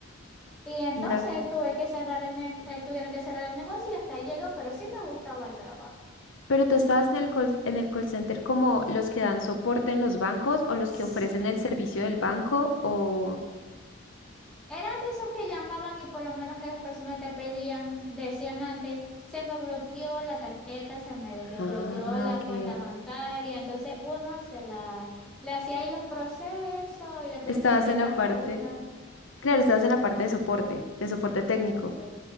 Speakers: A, in the centre; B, on the left.
A: y entonces
B: y ya.
A: tuve que cerrar el ne- eh, tuvieron que cerrar el negocio y hasta ahí llegó, pero sí me gustaba el trabajo.
B: Pero tú estabas en el call, en el call center como los que dan soporte en los bancos o los
A: Sí,
B: que ofrecen el servicio del banco o...
A: Eran de esos que llamaban y por lo menos que las personas te pedían, decían antes, se me bloqueó la tarjeta, se me desbloqueó
B: Ah,
A: la
B: ok.
A: cuenta bancaria. Entonces uno se la, le hacía ahí los procesos y le pre-
B: Estabas
A: hacía ciertas
B: en la parte,
A: preguntas.
B: claro, estabas en la parte de soporte, de soporte técnico.
A: Eh,